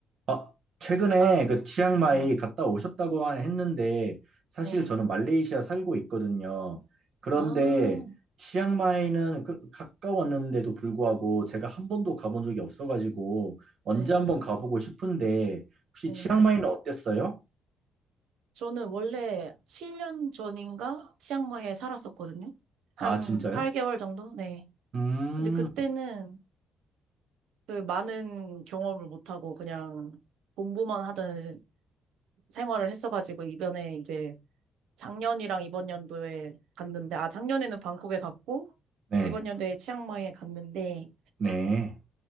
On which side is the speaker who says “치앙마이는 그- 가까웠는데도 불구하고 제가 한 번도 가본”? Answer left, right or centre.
Right